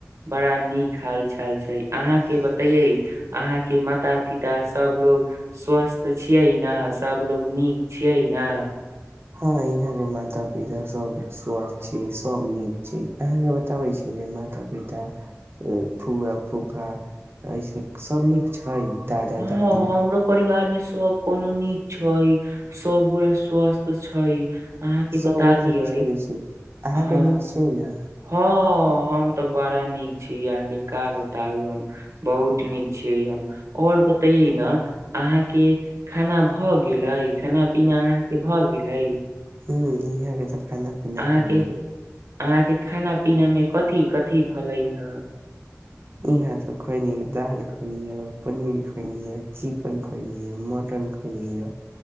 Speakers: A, on the right; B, on the right.
A: बड़ा नीक हाल चाल छै अहाँ के बताए अहाँ के माता पिता सब लोग स्वस्थ छियै ने सबलोग नीक छियै ने
B: हँ यहाँ के माता पिता सब स्वस्थ छै सब नीक छै अहाँ के बताबे छी माता पिता फुआ फूफा ऐसे सब नीक हई दादा
A: हँ
B: दादी
A: हमरो परिवार में सब कोनो नीक छै सब गोटा स्वस्थ छै अहाँके
B: सब
A: बता
B: गोटा से
A: दियै
B: छोड़ै छै अहाँके
A: हँ
B: नीक छै ने
A: हँ हम तऽ बड़ा नीक छी अहाँके का बताउ हम बहुत नीक छीे हम और बतेये ने अहा के खाना भऽ गेलए खाना पीना अहाँ के भऽ गेलै
B: हू इहे तऽ खाना पीना
A: अहाँके
B: हो गेलै
A: अहाँके खाना पीना मे कथि कथि भले हन
B: यहाँ तऽ खैनी दाल खइनी ह पनीर खइनी ह चिकन खइनी ह मटन मटन खइली ह